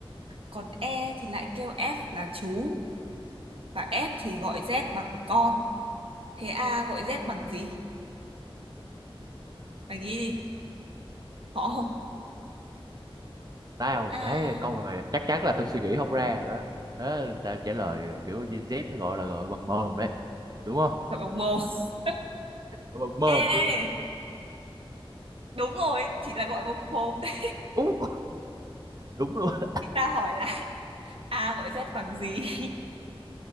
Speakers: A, on the right (about 70°); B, on the right (about 40°).
A: Còn E thì lại kêu F là chú. Và F thì gọi Z bằng con. Thế A gọi Z bằng gì? Mày nghĩ đi. Khó không?
B: tao
A: A
B: thấy câu này chắc chắn là tao suy nghĩ không ra rồi đó thế tao trả lời kiểu Gen Z nó gọi là gọi bằng mồm đấy đúng không
A: gọi bằng mồm. <laughs>
B: bằng mồm
A: Ê,
B: luôn
A: ê, đúng rồi. Chỉ là gọi bằng mồm đấy.
B: Ú, đúng luôn <laughs>
A: Thì ta hỏi là A gọi Z bằng gì? <laughs>